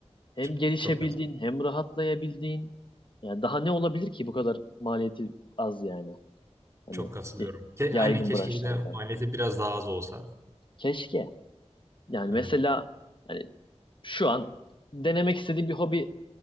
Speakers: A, on the left (about 45°); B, on the right (about 25°).
A: hem
B: Çok,
A: gelişebildiğin,
B: çok katıl-
A: hem rahatlayabildiğin. Ya daha ne olabilir ki bu kadar maliyeti az yani. Hani
B: çok katılıyorum.
A: y-
B: Ke
A: yaygın
B: aynen keşke
A: branşlarda.
B: bir de maliyeti biraz daha az olsa.
A: Keşke. Yani
B: Evet.
A: mesela hani şu an denemek istediğim bir hobi